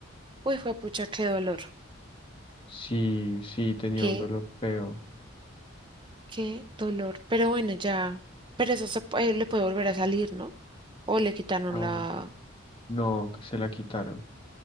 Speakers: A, on the right (about 20°); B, on the left (about 25°).
A: Uy, fue pucha, qué dolor.
B: Sí, sí, tenía
A: ¿Qué?
B: un dolor feo.
A: ¿Qué dolor? Pero bueno, ya. Pero eso se, puede- le puede volver a salir, ¿no? O le quitaron
B: Ah,
A: la...
B: no, que se la quitaron.